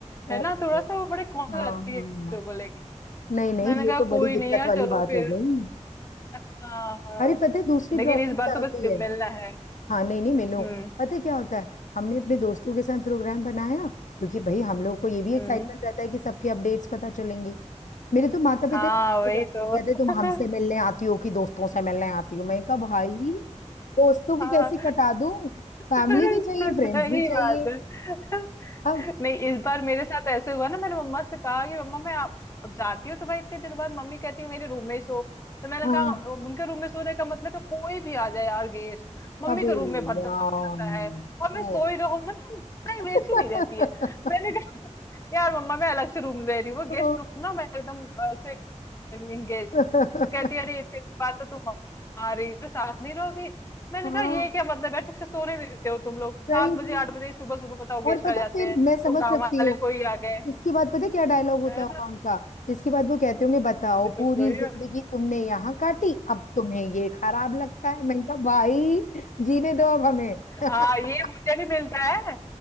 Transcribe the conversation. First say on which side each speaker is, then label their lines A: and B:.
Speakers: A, on the left; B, on the left.
A: ओ,
B: है ना थोड़ा
A: ओ,
B: सा वो बड़े कौन
A: हाँ
B: जाती
A: हाँ
B: है बच्चों को लेके
A: नहीं नहीं
B: मैंने
A: ये
B: कहा
A: तो बड़ी
B: कोई
A: दिक्कत
B: नहीं यार
A: वाली
B: चलो
A: बात
B: फिर
A: हो गई
B: हाँ हाँ
A: अरे पता है दूसरी
B: लेकिन
A: प्रॉब्लम
B: इस
A: क्या
B: बार तो
A: होती
B: बस मिलना
A: है
B: है
A: हाँ नहीं नहीं मिलो
B: हम्म
A: पता है क्या होता है हमने अपने दोस्तों के साथ प्रोग्राम बनाया क्योंकि भाई हम लोग को ये भी एक्साइटमेंट
B: हम्म
A: रहता है कि सबके अपडेट्स पता चलेंगे मेरे तो माता
B: हाँ
A: पिता
B: वही
A: कहते
B: तो
A: तुम
B: <laughs>
A: हमसे मिलने आती हो कि दोस्तों से मिलने आती हो मैंने कहा भाई दोस्तों को
B: हाँ,
A: कैसे कटा दूं फैमिली
B: सही
A: भी चाहिए फ्रेंड्स भी चाहिए
B: बात है
A: अब
B: नहीं इस बार मेरे साथ ऐसे हुआ ना मैंने मम्मा से कहा कि मम्मा मैं आप अब जाती हूँ तो भाई इतने दिनों बाद मम्मी कहती है मेरे रूम में ही सो तो मैंने
A: हाँ
B: कहा "म- उनके रूम में सोने का मतलब है कोई भी आ जाए यार गेस्ट मम्मी
A: अबे
B: के रूम में भर
A: यार
B: आ जाता है और मैं
A: ओ
B: सो ही रहूं मतलब प्राइवेसी
A: <laughs>
B: नहीं रहती है मैंने कहा यार मम्मा मैं अलग से रूम ले रही हूँ
A: ओ।
B: गेस्ट रूम ना मैं एकदम एंगेज
A: <laughs>
B: तो कहती है अरे इतनी बात तो तुम आ रही तो साथ नहीं रहोगी मैंने
A: हाँ
B: कहा ये क्या मतलब है ठीक से सोने नहीं देते हो तुम लोग सात
A: सही में।
B: बजे आठ बजे ही सुबह सुबह बताओ गेस्ट
A: और पता
B: आ जाते
A: फिर
B: हैं
A: मैं समझ
B: तो गांव
A: सकती
B: वाले
A: हूँ
B: कोई आ गए
A: इसके बाद पता है क्या डायलॉग होता
B: है
A: होगा
B: ना
A: उनका इसके बाद वो कहते होंगे बताओ
B: अभी
A: पूरी
B: तक सोई
A: जिंदगी
B: हो
A: तुमने यहाँ काटी अब तुम्हें ये खराब लगता है मैंने कहा भाई जीने दो अब हमें <laughs>
B: हाँ ये मुझे भी मिलता है